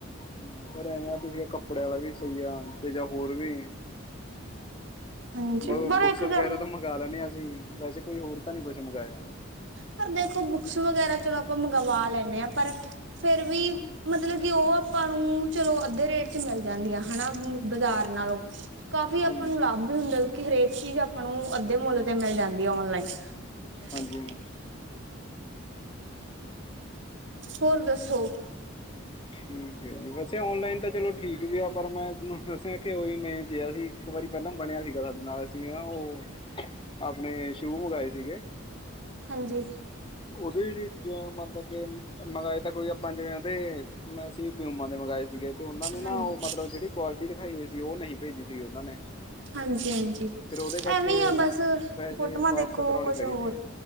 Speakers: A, on the left; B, on the right.
A: ਹਮ ਪਰ ਐਵੇਂ ਆ ਤੁਸੀਂ ਕੱਪੜਿਆਂ ਵਾਲਾ ਵੀ ਸਹੀ ਆ ਤੇ ਜਾਂ ਹੋਰ ਵੀ
B: ਹਾਂਜੀ
A: ਬ
B: ਪਰ
A: ਬੁੱਕਸ
B: ਇੱਕ
A: ਵਗੈਰਾ
B: ਗੱਲ
A: ਤਾਂ ਮੰਗਵਾ ਲੈਣੇੇ ਹਾਂ ਅਸੀਂ ਵੈਸੇ ਕੋਈ ਹੋਰ ਤਾਂ ਨਹੀਂੀ ਕੁਛ ਮੰਗਾਇਆ
B: ਪਰ ਦੇਖੋ ਬੁੱਕਸ ਵਗੈਰਾ ਚਲੋ ਆਪਾਂ ਮੰਗ ਗਵਾ ਲੈਂਦੇ ਹਾਂ ਪਰ ਫੇਿਰ ਵੀ ਮਤਲਬ ਕਿ ਉਹ ਆਪਾਂ ਨੂੰ ਚਲੋ ਅੱਧੇ ਰੇਟ ਚ ਮਿਲ ਜਾਂਨ। ਜਾਂ ਹਨਾ ਬਾਜ਼ਾਰ ਨਾਲੋਂ ਕਾਫ਼ੀ
A: ਹੂੰ
B: ਆਪਾਂ ਨੂੰ ਲਾਭ। ਹੁੰਦਾ ਕਿਉਂਕਿ ਹਰੇਕ ਚੀਜ਼ ਆਪਾਂ ਨੂੰ ਅੱਧੇ ਮੁੱਲ ਤੇ ਮਿਲ ਜਾਂਦੀ ਹੈ ਔਨਲਾਈਨ।
A: ਹਾਂਜੀ ਹਾਂ
B: ਹੋਰ ਦੱਸੋ!
A: ਠੀਕ ਹੈ ਜੀ ਵੈਸੇ ਔਨਲਾਈਨ ਤਾਂ ਚਲੋ ਠੀਕ ਵੀ ਆ ਪਰ ਮੈਂ ਤੁਹਨੂੰ ਦੱਸਿਆ ਕਿ ਓਹੀ ਮੈਂ ਕਿਹਾ ਸੀ ਇੱਕ ਵਾਰੀ ਪਹਿਲਾਂ ਬਣਿਆ ਸੀਗਾ ਸਾਡੇ ਨਾਲ ਅਸੀਂ ਨਾ ਉਹ ਆਪਣੇ ਸ਼ੂ ਮੰਗਵਾਏ ਸੀਗੇ
B: ਹਾਂਜੀ
A: ਉਹਦੇ ਮਤਲਬ ਕੇ ਮੰਗਵਾਏ ਤਾਂ ਕੋਈ ਪੰਜਾਂ ਵਜ ਉਹਦੇ ਮੈਂ ਸੀ ਪਿਊਮਾਂ ਦੇ ਮੰਗਵਾਏ ਸੀਗੇ ਤੇ ਉਹਨਾਂ ਨੇ
B: ਹਾਂਜੀ
A: ਨਾ ਉਹ ਮਤਲਬ ਜਿਹੜੀ ਕੁਆਲਟੀ ਦਿਖਾਈ ਹੋਈ ਸੀ ਉਹ ਨਹੀਂ ਭੇਜੀ। ਸੀ ਉਹਨਾਂ ਨੇ
B: ਹਾਂਜੀ -ਹਾਂਜੀ
A: ਫਿਰ ਉਹਦੇ ਕਰਕੇ
B: ਐਵੇਂ ਆ ਬਸ
A: ਪੈਸੇ
B: ਫੋਟੋਆਂ
A: ਵਾਪਸ
B: ਦੇਖੋ
A: ਕਰਾਉਣੇ
B: ਕੁਛ
A: ਪੈ
B: ਹੋਰ
A: ਗਏ ਸੀਗੇ